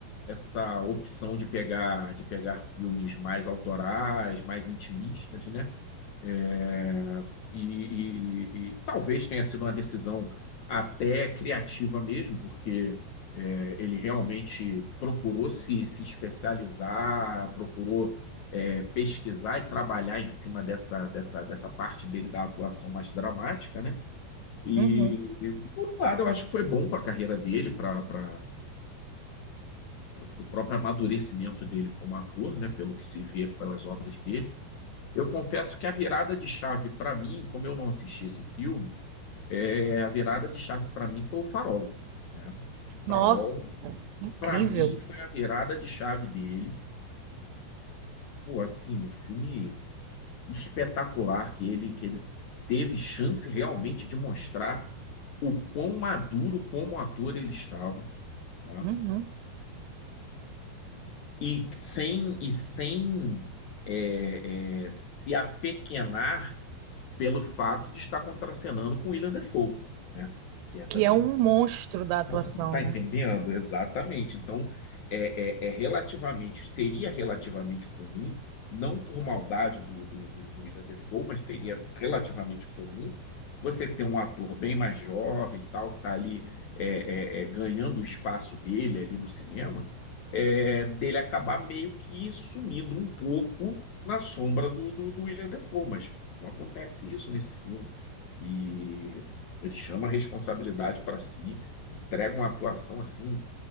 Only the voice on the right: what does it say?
Uhum.
Nossa, incrível.
Uhum.
Que é um monstro da atuação,
né?